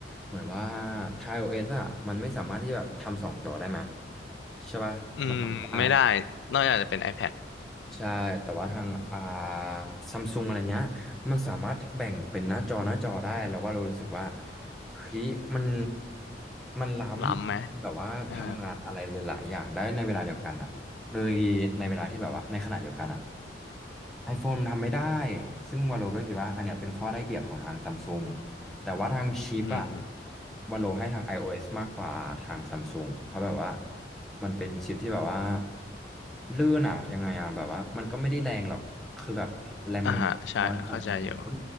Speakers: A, in the centre; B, on the left (about 75°).
A: เหมือนว่าทาง iOS อะมันไม่สามารถที่จะแบบทำสองจอได้ไหมใช่ป่ะมันทำไม่ได้
B: อืมไม่ได้นอกจากจะเป็น iPad
A: ใช่ แต่ว่าทางอ่าซัมซุงอะไรเงี้ย มันสามารถแบ่งเป็นหน้าจอหน้าจอได้ แล้วว่าเรารู้สึกว่าเฮ้ยมันมันล้ำแบบว่าทำงานอะไรหลายๆอย่างได้ในเวลาเดียวกันอะโดยในเวลาที่แบบว่าในขณะเดียวกันอะ
B: ล้ำไหม อ่า
A: iPhone ทำไม่ได้ ซึ่งวาโลก็คิดว่าอันเนี้ยเป็นข้อได้เปรียบของทางซัมซุง แต่ว่าทางชิปอะ
B: อืม
A: วันโลให้ทาง iOS มากกว่าทางซัมซุงเพราะแบบว่ามันเป็นชิปที่แบบว่าลื่นอะยังไงอะแบบว่ามันก็ไม่ได้แรงหรอกคือแบบแรมมันน้อยกว่าทางโน้น
B: อ่าฮะใช่เข้าใจอยู่